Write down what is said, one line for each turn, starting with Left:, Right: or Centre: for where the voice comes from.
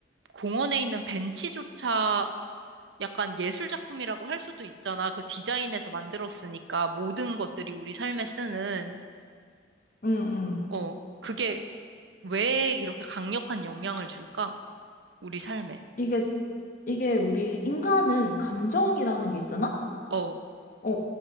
Right: 공원에 있는 벤치조차 약간 예술 작품이라고 할 수도 있잖아. 그 디자인에서 만들었으니까 모든 것들이 우리 삶에 쓰는,
Left: 응, 응.
Right: 어, 그게 왜 이렇게 강력한 영향을 줄까? 우리 삶에.
Left: 이게, 이게 우리 인간은 감정이라는 게 있잖아?
Right: 어,
Left: 어.